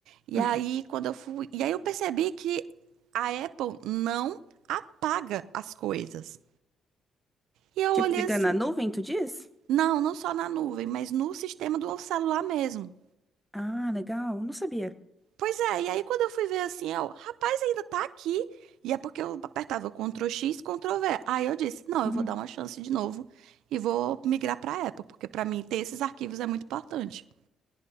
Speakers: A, on the right (about 80°); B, in the centre.
A: E
B: <laughs>
A: aí quando eu fui, e aí eu percebi que a Apple não apaga as coisas. E eu
B: Tipo,
A: olhei
B: fica
A: assim,
B: na nuvem, tu diz?
A: Não, não só na nuvem, mas no sistema do celular mesmo.
B: Ah, legal. Não sabia.
A: Pois é, e aí quando eu fui ver assim, eu, rapaz, ainda tá aqui. E é porque eu apertava Ctrl X, Ctrl V. Aí eu disse, não, eu
B: Uhum,
A: vou dar uma chance de novo e vou migrar pra Apple, porque pra mim ter esses arquivos é muito importante.